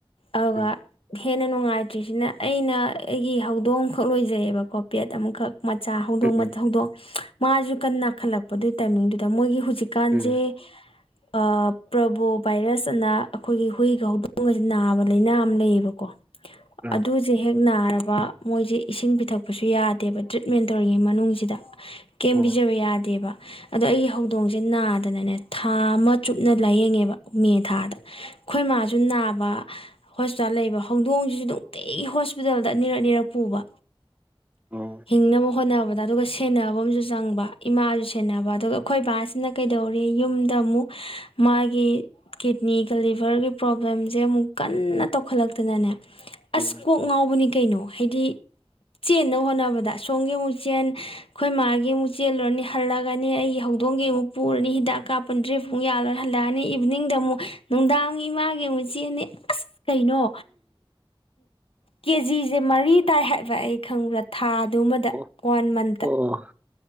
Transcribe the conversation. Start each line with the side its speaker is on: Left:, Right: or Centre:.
Left: ꯑꯗꯨꯒ
Right: ꯎꯝ
Left: ꯍꯦꯟꯅ ꯅꯨꯡꯉꯥꯏ ꯆꯇ꯭ꯔꯤꯁꯤꯅ ꯑꯩꯅ ꯑꯩꯒꯤ ꯍꯧꯗꯣꯡ ꯑꯃꯈꯛ ꯂꯣꯏꯖꯩꯌꯦꯕ ꯀꯣ ꯄꯦꯠ ꯑꯃꯈꯛ ꯃꯆꯥ ꯍꯧꯗꯣꯡ
Right: ꯎꯝ
Left: ꯍꯧꯗꯣꯛ ꯃꯥꯁꯨ ꯀꯟꯅ ꯅꯥꯈꯠꯂꯛꯄ ꯑꯗꯨꯏ ꯇꯥꯏꯃꯤꯡꯗꯨꯗ ꯃꯣꯏꯒꯤ ꯍꯧꯨꯖꯤꯛꯀꯥꯟꯖꯦ
Right: ꯎꯝ
Left: ꯑ ꯄ꯭ꯔꯕꯣ ꯚꯥꯏꯔꯁ ꯑꯅ ꯑꯩꯈꯣꯏꯒꯤ ꯍꯨꯏꯒ ꯍꯧꯗꯣꯡꯒꯁꯤ ꯅꯥꯕ ꯂꯥꯏꯅꯥ ꯑꯃ ꯂꯩꯌꯦꯕꯀꯣ
Right: ꯑꯥ
Left: ꯑꯗꯨ ꯁꯦ ꯍꯦꯛ ꯅꯥꯔꯕ ꯃꯣꯏꯁꯦ ꯏꯁꯤꯡ ꯄꯤꯊꯛꯄꯁꯨ ꯌꯥꯗꯦꯕ ꯇ꯭ꯔꯤꯠꯃꯦꯟ ꯇꯧꯔꯤꯉꯩ ꯃꯅꯨꯡꯁꯤꯗ ꯀꯦꯝ
Right: ꯑꯣ
Left: ꯄꯤꯖꯕ ꯌꯥꯗꯦꯕ ꯑꯗꯣ ꯑꯩꯒꯤ ꯍꯧꯗꯣꯡꯁꯦ ꯅꯥꯗꯅꯅꯦ ꯊꯥ ꯑꯃ ꯆꯨꯞꯅ ꯂꯥꯏꯌꯦꯡꯉꯦꯕ ꯃꯦ ꯊꯥꯗ ꯑꯩꯈꯣꯏ ꯃꯥꯁꯨ ꯅꯥꯕ ꯍꯣꯁꯄꯤꯇꯥꯜ ꯂꯩꯕ ꯍꯧꯗꯣꯡꯁꯤꯁꯨ ꯅꯨꯡꯇꯤꯒꯤ ꯍꯣꯁꯄꯤꯇꯥꯜꯗ ꯑꯅꯤꯔꯛ ꯑꯅꯤꯔꯛ ꯄꯨꯕ
Right: ꯑꯣ
Left: ꯍꯤꯡꯅꯕ ꯍꯣꯠꯅꯕꯗ ꯑꯗꯨꯒ ꯁꯦꯟꯅꯕ ꯑꯃꯁꯨ ꯆꯪꯕ ꯏꯃꯥꯁꯨ ꯁꯦꯟꯅꯕ ꯑꯗꯨꯒ ꯑꯩꯈꯣꯏ ꯕꯥꯁꯤꯅ ꯀꯩꯗꯧꯔꯦ ꯌꯨꯝꯗ ꯑꯃꯨꯛ ꯃꯥꯒꯤ ꯀꯤꯠꯅꯤꯒ ꯂꯤꯚꯔꯒꯤ ꯄ꯭ꯔꯣꯕ꯭ꯂꯦꯝꯁꯦ ꯑꯃꯨꯛ ꯀꯟꯅ ꯇꯧꯈꯠꯂꯛꯇꯅꯅꯦ
Right: ꯎꯝ
Left: ꯑꯁ
Right: ꯎꯝ
Left: ꯀꯣꯛ ꯉꯥꯎꯕꯅꯤ ꯀꯩꯅꯣ ꯍꯥꯏꯗꯤ ꯆꯦꯟꯅꯕ ꯍꯣꯠꯅꯕꯗ ꯑꯁꯣꯝꯒꯤ ꯑꯃꯨꯛ ꯆꯦꯟ ꯑꯩꯈꯣꯏ ꯃꯥꯒꯤ ꯑꯃꯨꯛ ꯆꯦꯜꯂꯨꯔꯅꯤ ꯍꯜꯂꯑꯅꯤ ꯑꯩꯒꯤ ꯍꯧꯗꯣꯡꯒꯤ ꯑꯃꯨꯛ ꯄꯨꯔꯅꯤ ꯍꯤꯗꯥꯛ ꯀꯥꯞꯄꯅꯤ ꯗ꯭ꯔꯤꯕ ꯑꯃꯨꯛ ꯌꯥꯜꯂꯣꯏ ꯍꯜꯂꯛꯑꯅꯤ ꯏꯚꯅꯤꯡꯗ ꯑꯃꯨꯛ ꯅꯨꯡꯗꯥꯡ ꯏꯃꯥꯒꯤ ꯑꯃꯨꯛ ꯆꯦꯟꯅꯤ ꯑꯁ ꯀꯩꯅꯣ ꯀꯦꯖꯤꯁꯦ ꯃꯔꯤ ꯇꯥꯏ ꯍꯥꯏꯕ ꯑꯩ ꯈꯪꯕ꯭ꯔꯥ ꯊꯥꯗꯨꯃꯗ
Right: ꯑꯣ
Left: ꯋꯥꯟ ꯃꯟ
Right: ꯑꯣ